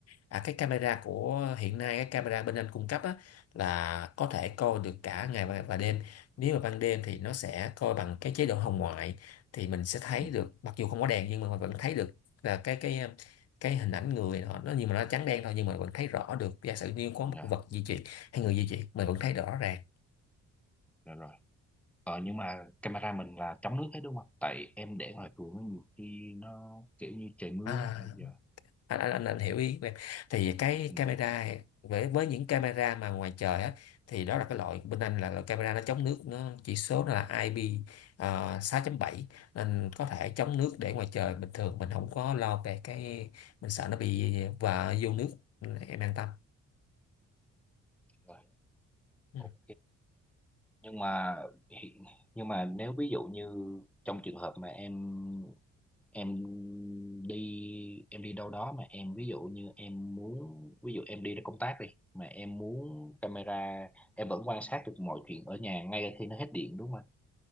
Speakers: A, on the left (about 55°); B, in the centre.
A: à cái camera của hiện nay cái camera bên anh cung cấp á, là có thể coi được cả ngày và, và đêm nếu mà ban đêm thì nó sẽ coi bằng cái chế độ hồng ngoại thì mình sẽ thấy
B: Ừ,
A: được mặc dù không có đèn nhưng mà vẫn thấy được là cái cái cái hình ảnh người họ nó nhưng mà nó trắng đen thôi nhưng mà vẫn thấy rõ được giả sử như có một
B: dạ,
A: vật di chuyển hay người di chuyển mình vẫn thấy rõ ràng
B: dạ rồi. Ờ nhưng mà camera mình là chống nước hết đúng không? Tại em để ngoài cửa nhiều khi nó kiểu như trời mưa.
A: à
B: á. Dạ.
A: anh anh anh, anh hiểu ý của em thì cái
B: Ừ,
A: camera với với những camera mà ngoài trời á thì đó là cái loại bên anh là loại camera nó chống nước nó chỉ số nó là IP uh, 6.7 nên có thể chống nước để ngoài trời bình thường mình không có lo về cái mình sợ nó bị và vô nước em an tâm
B: rồi.
A: Ừ,
B: Ok nhưng mà hiện- nhưng mà nếu ví dụ như trong trường hợp mà em em đi em đi đâu đó mà em ví dụ như em muốn ví dụ em đi ra công tác đi mà em muốn camera em vẫn quan sát được mọi chuyện ở nhà ngay cả khi nó hết điện đúng không anh